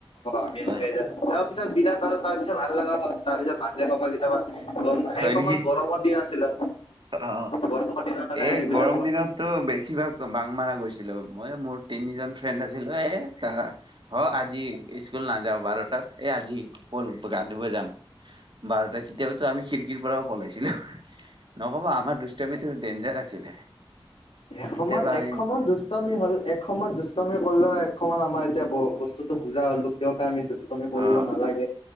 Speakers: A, on the left (about 75°); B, on the right (about 55°).
A: আমি এনেকাই
B: হয়
A: যা। পিত বিনা ত তাৰ পিছত ভাল লগা হল তাৰ পিছ মাজে সময় কেতিয়াবা। গম সেই
B: হয়
A: সময়ত
B: নেকি
A: গৰমৰ দিন আছিলে।
B: অ
A: গৰমৰ দিনৰ কাৰণে
B: এই
A: সেইবিলাক
B: গৰম
A: অ
B: দিনতটো বেছিভাগ বাং মাৰা গৈছিলো মই মোৰ তিনিজন ফ্ৰেণ্ড আছিলো এ তাৰ। অ আজি স্কুল নাযাও বাৰটাত, এ আজি পল গা ধুব যাম বাৰটাত কেতিয়াবো আমি খিৰিকীৰ পৰাও পলাইছিলো। নকবা আমাৰ দুষ্টামিটো ডেঞ্জাৰ আছিলে।
A: এসময়ত
B: কেতিয়াবা আমি
A: এক সমত দুষ্টমি হ'ল এক সময়ত দুষ্টমি কৰিলোঁ হয়। অমান আমাৰ এতিয়া বস্তুত বুজা হ'লো কিয় আমি দুষ্টা। মি কৰিব
B: অ
A: নালাগে,